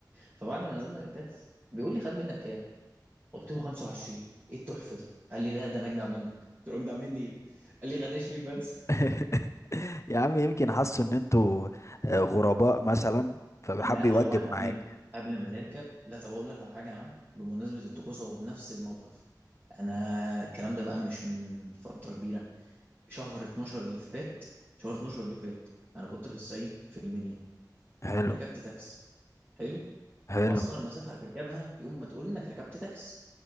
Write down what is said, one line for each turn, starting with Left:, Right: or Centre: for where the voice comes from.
Right: فبعد ما نزلنا من التاكس بيقول لي خد منك كام قلت له 25 ايه التحفه دي قال لي لا ده انا اجدع منك قلت له اجدع مني ايه قال لي خدشني بس
Left: <laughs> يا عم يمكن حسوا ان انتوا آه، غرباء مثلا فحب
Right: لا
Left: يوجب
Right: هو احنا
Left: معاك
Right: قبل قبل ما نركب لا طب اقول لك على حاجه يا عم بمناسبه الطقوس هو بنفس الموقف انا الكلام ده بقى مش من فتره كبيره شهر 12 اللي فات شهر 12 اللي فات انا كنت في الصعيد في المنيا
Left: حلو
Right: ركبت تاكسي حلو
Left: حلو
Right: اصغر مسافه هتركبها يوم ما تقول انك ركبت تاكسي